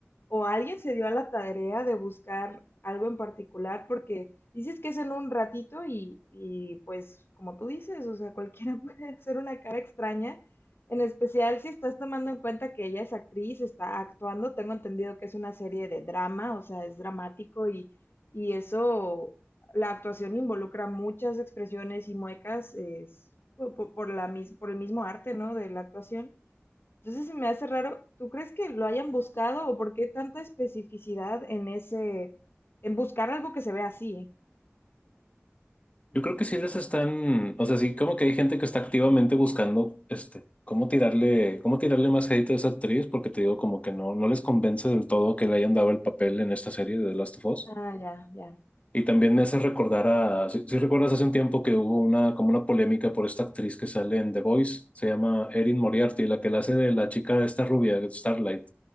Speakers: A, on the left; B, on the left.
A: o alguien se dio a la tarea de buscar algo en particular, porque dices que es en un ratito y, y pues como tú dices, o sea, cualquiera <laughs> puede hacer una cara extraña, en especial si estás tomando en cuenta que ella es actriz, está actuando, tengo entendido que es una serie de drama, o sea, es dramático y, y eso, la actuación involucra muchas expresiones y muecas es, po- po- por, la, mis- por el mismo arte, ¿no? De la actuación. Entonces se me hace raro, ¿tú crees que lo hayan buscado o por qué tanta especificidad en ese, en buscar algo que se vea así?
B: Yo creo que sí les están, o sea, sí, como que hay gente que está activamente buscando, este, cómo tirarle, cómo tirarle más hate a esa actriz, porque te digo, como que no, no les convence del todo que le hayan dado el papel en esta serie de The Last of Us.
A: Ah, ya, ya.
B: Y también me hace recordar a, si, si recuerdas hace un tiempo que hubo una, como una polémica por esta actriz que sale en The Voice, se llama Erin Moriarty, la que la hace de la chica esta rubia, Starlight.